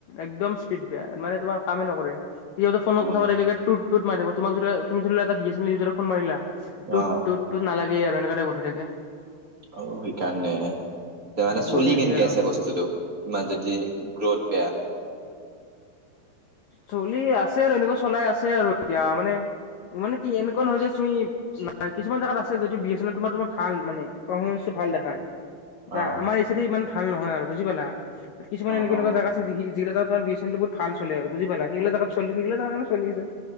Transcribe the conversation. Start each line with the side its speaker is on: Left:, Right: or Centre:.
Left: একদম স্পীড বেয়া মানে তোমাৰ কামেই নকৰে এতিয়া ফোন
Right: অ
Left: কথা পাতিলে থাকিলে টুত টুত মাৰি থাকো তোমাক যদি তুমি ধৰি ল এটা বি এছ এন এল উইজাৰক ফোন মাৰিলা টোত
Right: অ
Left: টোত টোত নালাগে আৰু এনেকা টাইপ হৈ থাকে
Right: অ সেইকাৰণে তাৰ মানে
Left: বহুত
Right: চলি
Left: হেৰি দিয়ে
Right: কেনেকে
Left: আৰু
Right: আছে বস্তুটোক ইমান যদি গ্ৰথ বেয়া
Left: চলি আছে আৰু এনেকুৱা চলাই আছে আৰু এতিয়া মানে মানে কি এনেকুৱা নহয় যে তুমি কিছুমান জেগাত আছে যিটো বি এ চেনেল তোমাৰ তোমাৰ ভাল মানে ভাল দেখায় এতিয়া
Right: অ
Left: আমাৰ ইচয়াতে ইমান ভাল নহয় আৰু বুজি পালা কিছুমান
Right: অ
Left: এনেকুৱা এনেুৱা
Right: অ
Left: জাগা আছে যগিলা জাত তোমাৰ <unintelligible> বহুত ভাল চলে আৰু বুজি পালা সেইলা জোত চল সেইল চলি আছে